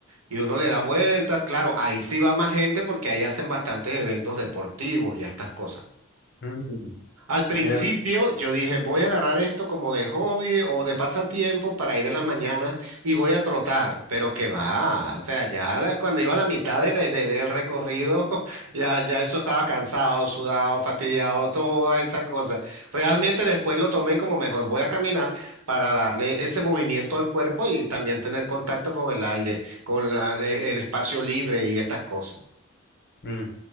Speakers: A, on the right; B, on the left.
A: Y uno le da vueltas, claro, ahí sí va más gente porque ahí hacen bastantes eventos deportivos y estas cosas.
B: Mm.
A: Al principio
B: Mira,
A: yo dije, voy a agarrar esto como de hobby o de pasatiempo para ir en las mañanas y voy a trotar, pero que va, o sea, ya la- cuando iba a la mitad de la- de- del recorrido, <laughs> ya, ya eso estaba cansado, sudado, fastidiado, todas esas cosas. Realmente después lo tomé como mejor, voy a caminar para darle ese movimiento al cuerpo y también tener contacto con el aire, con la- el el espacio libre y estas cosas.
B: mm,